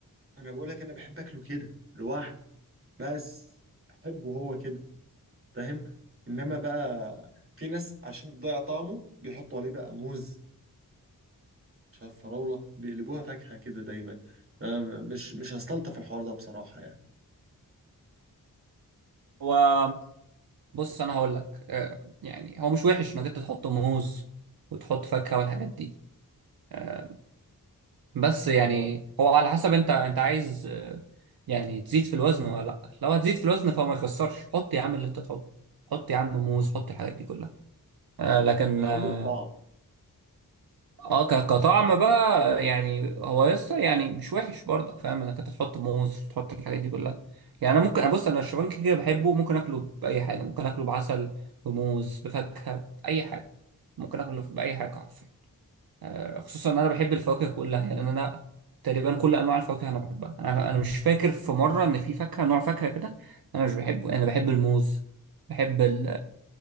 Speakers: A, on the right; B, on the right.
A: انا بقول لك انا بحب اكله كده لوحده بس احبه هو كده فاهم انما بقى في ناس عشان تضيع طعمه بيحطوا عليه بقى موز مش عارف فراوله بيقلبوها فاكهه كده دايما أنا مش مش هستلطف الحوار ده بصراحه يعني
B: هو بص انا هقول لك آه، يعني هو مش وحش انك انت تحط موز وتحط فاكهه والحاجات دي آه، بس يعني
A: امال
B: هو على حسب انت انت عايز آه، يعني تزيد في الوزن ولا لا لو هتزيد في الوزن فما يخسرش حط يا عم اللي انت تحطه حط يا عم موز حط الحاجات دي كلها آه لكن
A: انا
B: اه
A: قصدي الطعم
B: آه، ك- كطعم بقى يعني هو لسه يعني مش وحش برضك فاهم انك انت تحط موز تحط الحاجات دي كلها يعني انا ممكن ابص انا الشوفان كده كده بحبه ممكن اكله باي حاجه ممكن اكله بعسل بموز بفاكهه باي حاجه ممكن اكله باي حاجه آه، خصوصا ان انا بحب الفواكه كلها يعني انا تقريبا كل انواع الفواكه انا بحبها انا انا مش فاكر في مره ان في فاكهه نوع فاكهه كده انا مش بحبه يعني انا بحب الموز بحب ال...